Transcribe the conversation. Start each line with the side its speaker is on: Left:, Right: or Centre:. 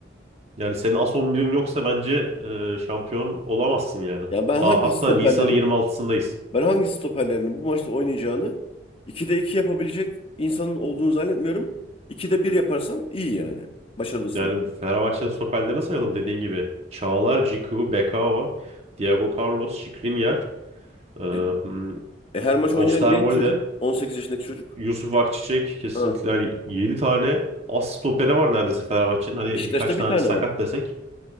Right: Yani senin as 11'in yoksa bence e, şampiyon olamazsın yani.
Left: Ya ben
Right: Daha
Left: hangi
Right: hatta
Left: stoperlerin
Right: Nisan'ın 26'sındayız.
Left: ben hangi stoperlerin bu maçta oynayacağını 2'de 2 yapabilecek insanın olduğunu zannetmiyorum. 2'de bir yaparsan iyi yani. Başarılısın.
Right: Yani Fenerbahçe'nin stoperlerini sayalım dediğin gibi. Çağlar, Ciku, Bekao, Diego Carlos, Skriniar, e,
Left: E,
Right: m,
Left: e, her maç oynayan
Right: Osterwolde,
Left: genç çocuk, 18 yaşındaki çocuk.
Right: Yusuf Akçiçek kesinlikle
Left: Ha.
Right: hani 7 tane as stoperi var neredeyse Fenerbahçe'nin. Hadi
Left: Beşiktaş'ta
Right: birkaç tane
Left: bir tane
Right: sakat
Left: var.
Right: desek.